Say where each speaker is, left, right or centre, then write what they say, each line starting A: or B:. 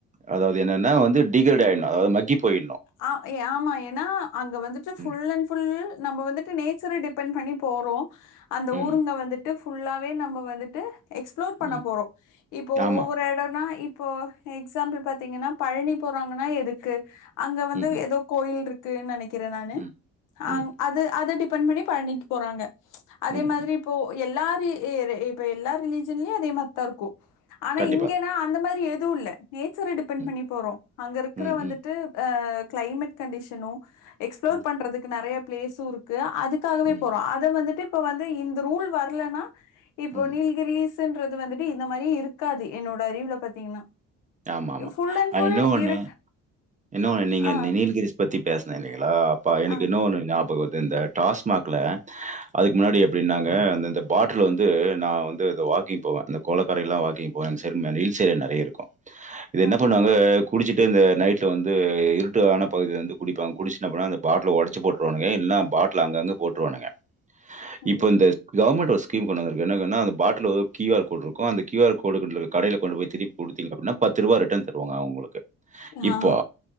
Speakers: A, on the right; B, on the left.
A: அதாவது என்னன்னா வந்து டிகர்ட் ஆயிடணு அதாவது மக்கி போயிடணு
B: அ ஆமா ஏன்னா அங்க வந்துட்டு ஃபுல்
A: ம்,
B: அண்ட் ஃபுல் நம்ம வந்துட்டு நேச்சரை டிப் டிபன் பண்ணி போறோ அந்த
A: ம்,
B: ஊருங்க வந்துட்டு ஃபுல்லாவே நம்ம வந்துட்டு எக்ஸ்பிளோர் பண்ண
A: ம்.
B: போறோ இப்போ
A: ஆமா.
B: ஒவ்வொரு எடம்னா இப்போ எக்ஸாம்பிள் பாத்தீங்கன்னா பழனி போறாங்கன்னா எதுக்கு அங்க வந்து
A: ம்ஹ்ம்.
B: ஏதோ கோயில் இருக்கு இருக்குன்னு நெனைக்கிறே நானு
A: ம், ம்,
B: அது அத டிபெண்ட் பண்ணி பழனிக்கு போறாங்க அதே
A: ம், ம்.
B: மாதிரி
A: ம்.
B: இப்போ எல்லா இப்ப எல்லா ரிலீஜன்லயு அதே மாரிதான் இருக்கு ஆனா
A: கண்டிப்பா.
B: இங்கன்னா அந்த மாரி எதுவு இல்ல நேச்சர டிபெண்ட்
A: ம்,
B: பண்ணி போறோ அங்க இருக்கிற
A: ம்,
B: வந்துட்டு
A: ம்,
B: அ கெளைமேட் கண்டிஷனு எக்ஸ்ப்ளோர்
A: ம்,
B: பண்றதுக்கு நெறைய பிளேஸு இருக்கு அதுக்கு அதுகாகவே
A: ம்,
B: போறோ அத வந்துட்டு இப்ப வந்து இந்த ரூல் வரலன்னா இப்போ
A: ம்.
B: நீல்கிரிஸ் ன்றது வந்துட்டு இந்த மாரி இருக்காது என்னோட அறிவுல பாத்தீங்கன்னா
A: ஆமா ஆமா
B: ஃபுல் அண்ட் ஃபுல்
A: இன்ன ஒண்ணு
B: இருக்
A: என்ன ஒண்ணு நீங்க
B: ஆ
A: நீல்கிரிஸ் பத்தி பேசினே இல்லைங்களா அப்பா எனக்கு
B: ஆ
A: இன்ன ஒன்னு ஞாபகம் வருது இந்த டாஸ்மாக்கில் அதுக்கு முன்னாடி எப்டின்னாங்க அந்த இந்த பாட்டில் வந்து நான் வந்து இந்த வாக்கிங் போவே அந்த கொளக்கரைையல்லா வாக்கிங் போவே ச நீல் சேர் நெறைய இருக்கு இது என்ன
B: ஆ
A: பண்ணுவாங்க குடிச்சிட்டு இந்த நைட்ல வந்து இருட்டு ஆன பகுதி வந்து குடிப்பாங்க குடிச்சின் அந்த பாட்டல ஒடச் போட்டுருவானுங்க இல்ல பாட்டில் அங்கங்க போட்டுருவானுங்க
B: சொல்லு.
A: இப்ப இந்த கவர்மெண்ட் ஒரு ஸ்கீம் கொண்டு வந்திருக்கு என்னன்னா அந்த பாட்டில் ஒரு கியூ ஆர் கோடு இருக்கு அந்த கியூஆர் கோடு கடையில கொண்டு போய் திருப்பி கொடுத்தீங்க பத்து ரூபா ரிட்டர்ன் தருவாங்க அவங்களுக்கு இப்ப
B: ஆ